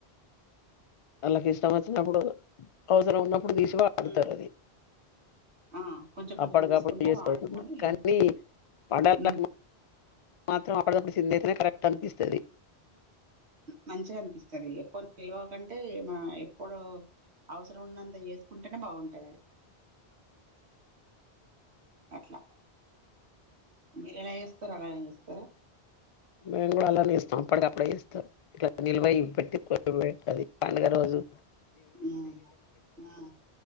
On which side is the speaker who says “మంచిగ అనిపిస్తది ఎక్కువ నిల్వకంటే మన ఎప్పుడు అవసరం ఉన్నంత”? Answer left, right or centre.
Right